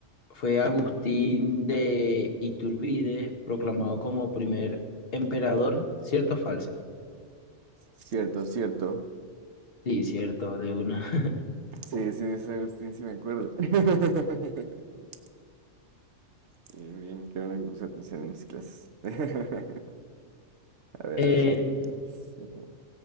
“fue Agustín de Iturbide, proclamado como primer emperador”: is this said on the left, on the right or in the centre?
Left